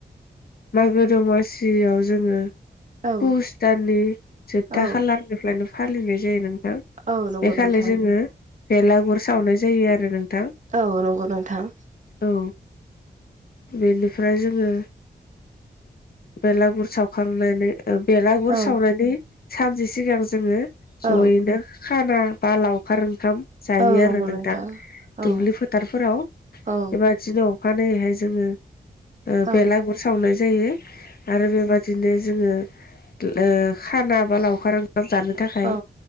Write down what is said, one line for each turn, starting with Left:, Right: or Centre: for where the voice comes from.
Left: मागो दमासियाव जोङो
Right: औ
Left: पुस दाननि जोबथा
Right: औ
Left: खालारनिफ्रायनो फालिनाय जायो नोंथां
Right: औ नंगौ
Left: बे खालि
Right: नोंथां
Left: जोङो बेलागुर सावनाय जायो आरो नोंथां
Right: औ नंगौ नोंथां
Left: औ बेनिफ्राय जोङो बेलागुर सावखांनानै बेलागुर
Right: औ
Left: सावनायनि सानसे सिगां जोङो ज'यैनो
Right: औ
Left: खाना बालाव लावखार ओंखाम जायो
Right: औ नंगौ
Left: आरो नोंथां
Right: औ
Left: दुब्लि फोथारफोराव
Right: औ
Left: एबा दिनाव अखानायैहाय जोङो
Right: औ
Left: बेलागुर सावनाय जायो आरो बेबाद बिदिनो जोङो ओ खाना बा लावखार ओंखाम जानो थाखाय
Right: औ